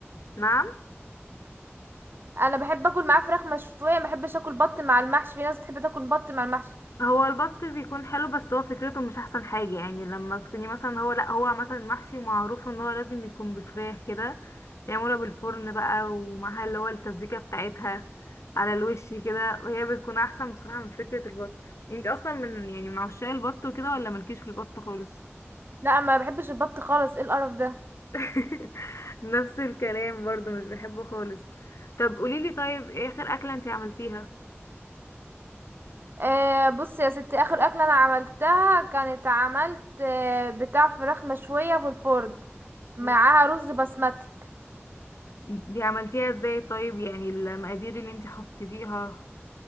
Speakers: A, on the left; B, on the right.
A: نعم
B: انا بحب اكل معاه فراخ مشوية ما بحبش اكل بط مع المحشي في ناس بتحب تاكل بط مع المحشي
A: هو البط بيكون حلو بس هو فكرته مش احسن حاجة يعني لما تكوني مثلا هو لا هو مثلا المحشي معروف ان هو لازم يكون بفراخ كده يعملها بالفرن بقى ومعها اللي هو التسبيكة بتاعتها على الوش كده وهي بتكون احسن بصراحة من فكرة البط انت اصلا من يعني من عشاق البط وكده ولا مالكيش في البط خالص
B: لا ما بحبش البط خالص ايه القرف ده
A: <laughs> نفس الكلام برضو مش بحبه خالص طب قوليلي طيب ايه اخر اكلة انت عملتيها
B: آه بص يا ستي اخر اكله انا عملتها كانت عملت آه بتاع فراخ مشويه في الفرن معاها
A: يعني
B: رز بسمتي
A: دي عملتيها ازاي طيب يعني المقادير اللي انت حطيتيها